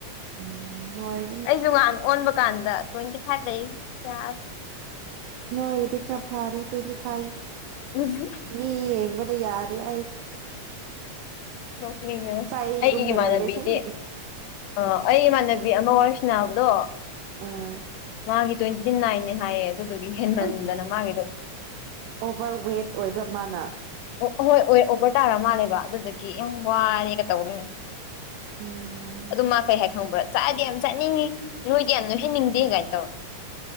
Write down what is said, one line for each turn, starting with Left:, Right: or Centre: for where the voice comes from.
Right: ꯎꯝ ꯅꯣꯏ
Left: ꯑꯩꯁꯨ ꯉꯥꯟ ꯑꯣꯟꯕ ꯀꯥꯟꯗ ꯇ꯭ꯋꯦꯟꯇꯤ ꯐꯥꯏꯚ ꯂꯩ ꯌꯥ
Right: ꯅꯣꯒꯤꯗꯤ ꯈꯔ ꯐꯥꯔꯤ ꯇ꯭ꯋꯦꯟꯇꯤ ꯐꯥꯏꯚ
Left: ꯍꯧꯋ <unintelligible>
Right: ꯃꯤ ꯌꯦꯡꯕꯗ ꯌꯥꯔꯦ ꯍꯥꯏꯔꯤ
Left: ꯅꯣꯛꯅꯤꯡꯉ
Right: ꯆꯩꯒꯨꯝꯅ
Left: ꯑꯩꯒꯤ ꯏꯃꯥꯟꯅꯕꯤꯗꯤ
Right: ꯂꯩꯔꯦ ꯑꯁꯦꯡꯕꯒꯤ
Left: ꯑ ꯑꯩ ꯏꯃꯥꯟꯅꯕꯤ ꯑꯃ ꯋꯥꯔꯁꯅꯥꯕꯗꯣ
Right: ꯑꯥ
Left: ꯃꯥꯒꯤ ꯇ꯭ꯋꯦꯟꯇ ꯐꯇꯤ ꯅꯥꯏꯅꯦ ꯍꯥꯏꯌꯦ ꯑꯗꯨꯗꯨꯒꯤ ꯍꯦꯟꯃꯟꯗꯅ
Right: ꯑꯣꯏ
Left: ꯃꯥꯒꯤꯗꯣ
Right: ꯑꯣꯚꯔ ꯋꯦꯠ ꯑꯣꯏꯕ꯭ꯔꯥ ꯃꯥꯅ
Left: ꯑꯣ ꯍꯣꯏ ꯑꯣꯏ ꯑꯣꯚꯔ ꯇꯥꯔ ꯃꯥꯜꯂꯦꯕ ꯑꯗꯨꯗꯒꯤ ꯌꯥꯝ ꯋꯥꯔꯦꯒ ꯇꯧꯕꯅꯦ
Right: ꯎꯝ
Left: ꯑꯗꯨ ꯃꯥ ꯀꯩ ꯍꯥꯏ ꯈꯪꯕ꯭ꯔꯥ ꯆꯥꯗꯤ ꯌꯥꯝ ꯆꯥꯅꯤꯡꯉꯤ ꯅꯣꯏꯗꯤ ꯌꯥꯝ ꯂꯣꯏꯍꯟꯅꯤꯡꯗꯦ ꯀꯥꯏꯅ ꯇꯧꯔ